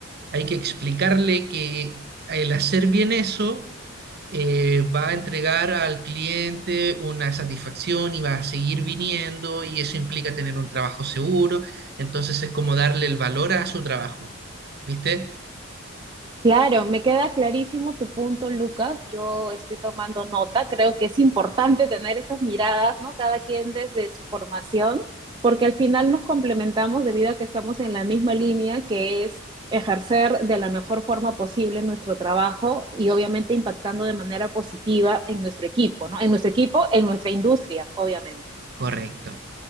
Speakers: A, on the right; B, on the right.
A: hay que explicarle que el hacer bien eso eh, va a entregar al cliente una satisfacción y va a seguir viniendo y eso implica tener un trabajo seguro. Entonces es como darle el valor a su trabajo, ¿viste?
B: Claro, me queda clarísimo tu punto, Lucas. Yo estoy tomando nota. Creo que es importante tener estas miradas, ¿no? Cada quien desde su formación, porque al final nos complementamos debido a que estamos en la misma línea, que es ejercer de la mejor forma posible nuestro trabajo y obviamente impactando de manera positiva en nuestro equipo, ¿no? En nuestro equipo, en nuestra industria, obviamente.
A: Correcto.